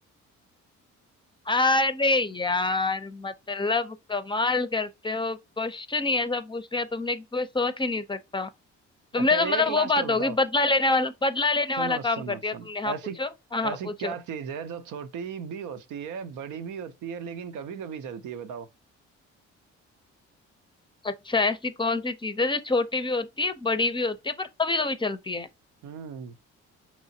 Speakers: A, on the left; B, on the right.
A: अरे यार मतलब कमाल करते हो क्वेश्चन ही ऐसा पूछ लिया तुमने कि कोई सोच ही नहीं सकता तुमने
B: अच्छा
A: तो मतलब
B: एक
A: वो
B: लास्ट
A: बात
B: और
A: होगी
B: बताओ
A: बदला लेने वाला बदला लेने
B: सुनो
A: वाला काम
B: सुनो
A: कर दिया
B: सुनो
A: तुमने हाँ
B: ऐसी
A: पूछो हाँ हाँ
B: ऐसी
A: पूछो
B: क्या चीज है जो छोटी भी होती है बड़ी भी होती है लेकिन कभी कभी चलती है बताओ
A: अच्छा ऐसी कौन सी चीज है जो छोटी भी होती है बड़ी भी होती है पर कभी कभी चलती है
B: हम्म